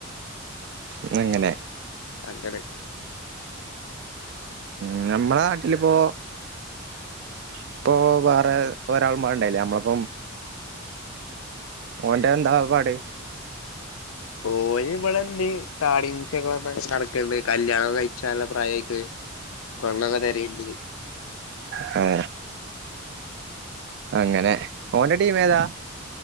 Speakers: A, on the right; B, on the left.
A: ന്ന് എങ്ങനെ
B: അങ്ങനെ
A: ഉ നഞമ്മളെ നാട്ടിലിപ്പോൊ ഇപ്പൊ വേറെ ഒരാൾമാ ഉണ്ടല്ലേ നമ്മളപ്പം ഓന്റെ എന്താ പാട്
B: ഓന് ഇവിടെന്ന് തടി മിസൊ നടക്കണ്ട് കല്യാണം കഴിച്ചല്ല പ്രായേക്ക് പെണ്ണൊക്കെ തെരണ്ട്
A: ഹേ അങ്ങനെ ഓന്റെ ടീമ ഏതാ